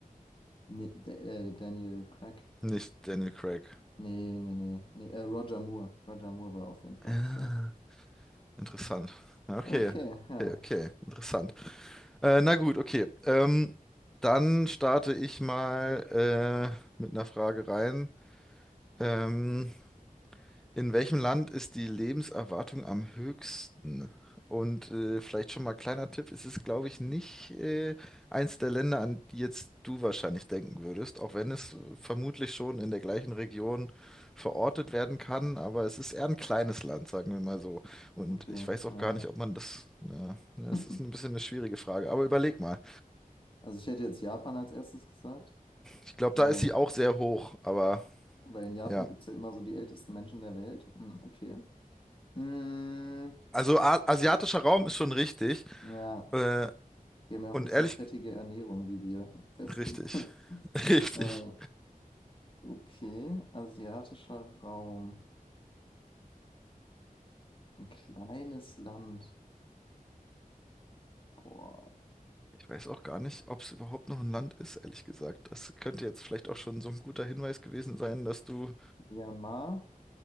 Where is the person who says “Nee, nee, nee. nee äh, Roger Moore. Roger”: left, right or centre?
Left